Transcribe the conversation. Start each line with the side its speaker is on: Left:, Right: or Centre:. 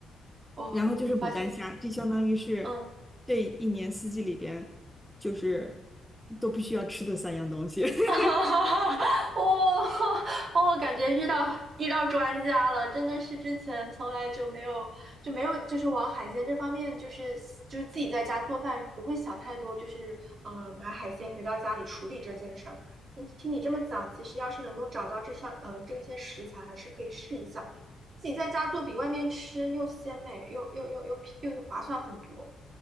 Right: 哇，
Centre: 然后就是牡丹虾，
Right: 我发现，
Centre: 这相当于是
Right: 嗯。
Centre: 这一年四季里边就是都必须要吃的三样东西。<laughs>
Right: <laughs> 哈哈，我我感觉遇到遇到专家了，真的是之前从来就没有就没有就是往海鲜这方面，就是就是自己在家做饭不会想太多，就是呃买海鲜回到家里处理这件事儿。嗯听你这么讲，其实要是能够找到这项呃这些食材，还是可以试一下，自己在家做比外面吃又鲜美又又又又又划算很多。